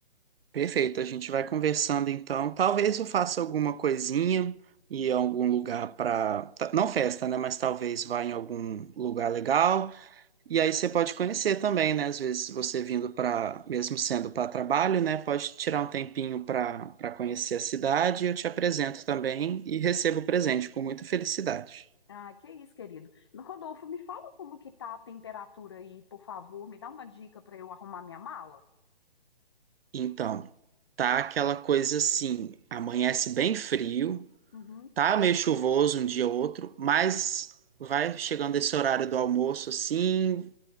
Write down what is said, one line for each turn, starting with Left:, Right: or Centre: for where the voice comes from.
Right: Perfeito, a gente vai conversando então. Talvez eu faça alguma coisinha e algum lugar para não festa, né? Mas talvez vá em algum lugar legal. E aí você pode conhecer também, né? Às vezes você vindo para, mesmo sendo para trabalho, né? Pode tirar um tempinho para para conhecer a cidade. Eu te apresento também e recebo o presente com muita felicidade.
Left: Ah, que isso, querido. Rodolfo, me fala como que tá a temperatura aí, por favor. Me dá uma dica para eu arrumar minha mala?
Right: Então, tá aquela coisa assim, amanhece bem frio,
Left: Uhum.
Right: tá meio chuvoso um dia ou outro, mas vai chegando esse horário do almoço assim,